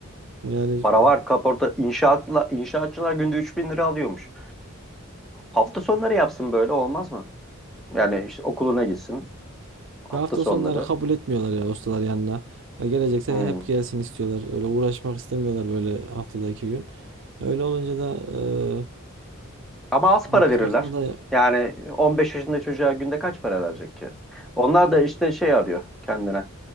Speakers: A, on the right (about 60°); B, in the centre.
A: Yani
B: Para var kaporta inşaatla inşaatçılar günde 3000 lira alıyormuş. Hafta sonları yapsın böyle olmaz mı? Yani işte okuluna gitsin hafta
A: e, hafta
B: sonları.
A: sonları kabul etmiyorlar ya ustalar yanına. Ya gelecekse
B: Hmm.
A: hep gelsin istiyorlar. Öyle uğraşmak istemiyorlar böyle haftada iki gün. Öyle olunca da
B: Ama az
A: e,
B: para
A: bir çıraklığı
B: verirler.
A: da
B: Yani 15 yaşında çocuğa günde kaç para verecek ki? Onlar da işte şey arıyor kendine.